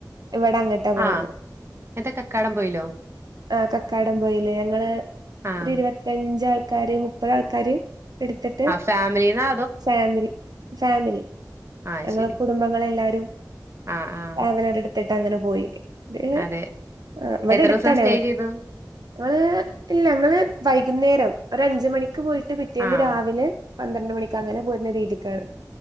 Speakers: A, on the right (about 65°); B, on the right (about 35°).
A: ഇവിടെ അങ്ങട്ടാ പോയത്
B: ആഹ് എതാ കക്കാടം പോയിലോ
A: ആഹ് കക്കാടം പോയില് ഞങ്ങള്
B: ആഹ്
A: ഒരു ഇരുപത്തിഞ്ചാൾക്കാര് മുപ്പത് ആൾക്കാര് എടുത്തിട്ട്
B: ഫാമിലിനാ
A: ഫാമിലി ഫാമിലി
B: ആഹ്
A: ഞങ്ങളെ
B: ശരി
A: കുടുംബങ്ങള് എല്ലാരും
B: ആഹ് ആഹ്
A: ടാവലർ എടുത്തിട്ട് അങ്ങനെ പോയി ഏഹ്
B: അതെ
A: ഇവിടെ
B: എത്ര
A: അടുത്താണേ
B: ദിവസം സ്റ്റേ
A: ഞങ്ങള്
B: ചെയ്തു
A: ഇല്ല ഞങ്ങള് വൈകുന്നേരം ഒരു അഞ്ച് മണിക്ക് പോയിട്ട് പിറ്റേന്ന്
B: ആഹ്
A: രാവിലെ പന്ത്രണ്ട് മണിക്ക് അങ്ങനെ പോരുന്ന രീതിക്കാണ്